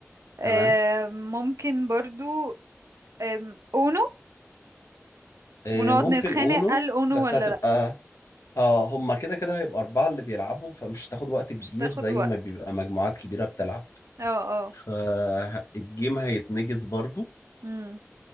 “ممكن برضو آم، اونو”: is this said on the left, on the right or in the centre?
Right